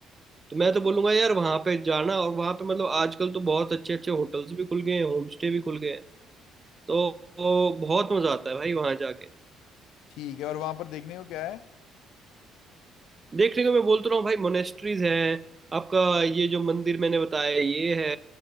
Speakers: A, on the right (about 30°); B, on the left (about 75°).
A: तो मैं तो बोलूंगा यार वहां पे जाना और वहां पे मतलब आजकल तो बहुत अच्छे अच्छे होटल्स भी खुल गए हैं होम स्टे भी खुल गए हैं तो, तो बहुत मजा आता है भाई वहां जाके
B: ठीक है और वहां पर देखने को क्या है
A: देखने को मैं बोलता रहा हूँ भाई मोनेस्ट्रीज हैं आपका ये जो मंदिर मैंने बताया ये है